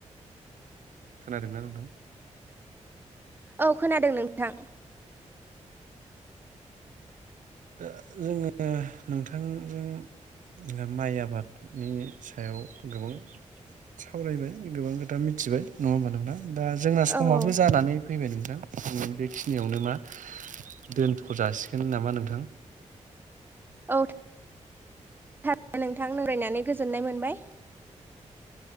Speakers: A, on the right; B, on the right.
A: खोनादोंना नोंथां?
B: औ खोनादों नोंथां
A: दा जोङो नोंथांजों ओ माइ आबादनि सायाव गोबां सावरायबाय गोबां खोथा मिथिबाय नङा होमबा नोंथां दा जोंना समाबो
B: औ औ
A: जानानै फैबाय नोंथां न बेखिनियावनो मा दोनथ' जासिगोन नामा नोंथां
B: औ थारैनो नोंथां रायलायनानै गोजोननाय मोनबाय